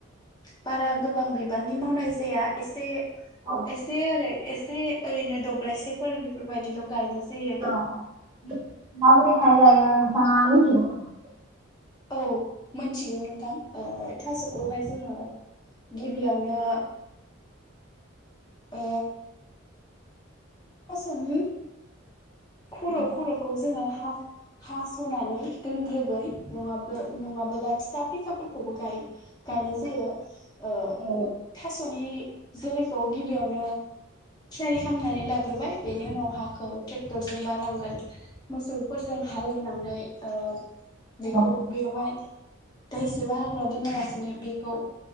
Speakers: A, on the left (about 20°); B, on the right (about 20°).
A: बारा गोबां बिबांनि मावनाय जाया एसे
B: औ
A: एसे ओरै एसे ओरैनो दब्लायसेफोर बेफोरबायदिल' गायनाय जायो
B: औ औ माबोरैहाय गायो <unintelligible>
A: औ मोनथिगौ नोंथां थास'खौहाय जोङो गिबियावनो ओ थासनि खर'
B: औ
A: खर'खौ जोङो हा हा हास'नानै दोनग्रोगोन नङाब्ला नङाबोला फिसा फेंखा <unintelligible> खौबो‌ गाय गायनाय जायो। ओ
B: औ
A: थास'नि जोलैखौ गिबियावनो थियारि खालामनानै लाग बेनि उनाव हाखौ ट्रेक्टरजों बा नांगोल मोसौफोरजों हालेवनानै ओ बेखौ
B: औ
A: बेवहाय दायसेबो हाग्रा दोनालासि बेखौ